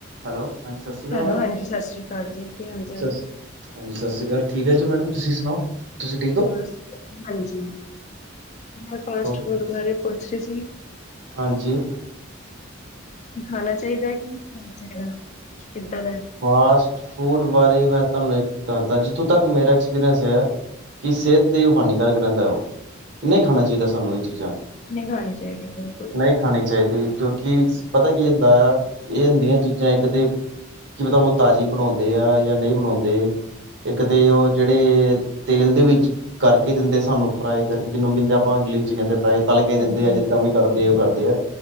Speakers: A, on the right (about 60°); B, on the left (about 35°).
A: Hello ਹਾਂਜੀ ਸਤਿ ਸ਼੍ਰੀ ਅਕਾਲ
B: ਹੈਲੋ
A: ਮੈਡਮ
B: ਹਾਂਜੀ ਸਤਿ ਸ਼੍ਰੀ ਅਕਾਲ ਜੀ ਕੀ ਹਾਲ ਚਾਲ
A: ਸਸ
B: ਹੈ।
A: ਹਾਂਜੀ ਸਤਿ ਸ਼੍ਰੀ ਅਕਾਲ ਠੀਕ ਹੈ ਜੀ ਮੈਡਮ ਤੁਸੀਂ ਸੁਣਾਓ। ਤੁਸੀਂ ਠੀਕ
B: ਬਸ ਵਧੀਆ ਹਾਂਜੀ ਮੈਂ ਫਾਸਟ
A: ਹੋ
B: ਫੂਡ ਬਾਰੇ ਪੁੱਛ ਰਹੀ ਸੀ।
A: ਹਾਂਜੀ।
B: ਕੀ ਖਾਣਾ ਚਾਹੀਦਾ ਹੈ ਕਿ ਨਹੀਂ ਖਾਣਾ ਚਾਹੀਦਾ ਕਿੱਦਾਂ ਦਾ।
A: ਫਾਸਟ ਫੂਡ ਬਾਰੇ ਮੈਂ ਤੁਹਾਨੂੰ ਇੱਕ ਦੱਸਦਾ ਜਿੱਥੋਂ ਤੱਕ ਮੇਰਾ ਐਕਸਪੀਰੀੰਸ ਹੈ। ਕਿ ਸਿਹਤ ਤੇ ਉਹ ਹਾਨੀਕਾਰਕ ਰਹਿੰਦਾ ਹੈ ਉਹ ਕਿੰ ਨਹੀਂ ਖਾਣਾ ਚਾਹੀਦਾ ਸਾਨੂੰ ਇਹ ਚੀਜ਼ਾਂ।
B: ਨਘਾਣੀ ਚਾਹੀਦੀ ਬਿਲਕੁਲ।
A: ਨਹੀਂ ਖਾਣੀ ਚਾਹੀਦੀ ਕਿਉਂਕਿ ਪਤਾ ਕੀ ਹੁੰਦਾ ਇਹ ਹੁੰਦੀਆਂ ਚੀਜ਼ਾਂ ਇੱਕ ਤੇ। ਕੀ ਪਤਾ ਉਹ ਤਾਜ਼ੀ ਬਣਾਉਂਦੇ ਆ ਜਾਂ ਨਹੀਂ ਬਣਾਉਂਦੇ। ਇੱਕ ਤੇ ਉਹ ਜਿਹੜੇ ਤੇਲ ਦੇ ਵਿੱਚ ਕਰਕੇ ਦਿੰਦੇ ਸਾਨੂੰ ਫਰਾਈ ਕਰਕੇ ਜਿਨੂੰ ਕਹਿੰਦੇ ਆਪਾਂ ਇੰਗਲਿਸ਼ ਚ ਕਹਿੰਦੇ ਫਰਾਈ। ਤਲ ਕੇ
B: ਹਾਂਜੀ
A: ਦਿੰਦੇ ਆ ਜਿੱਦਾਂ
B: ਹਾਂਜੀ। ਹੂੰ।
A: ਵੀ ਕਰਦੇ ਉਹ ਕਰਦੇ ਆ।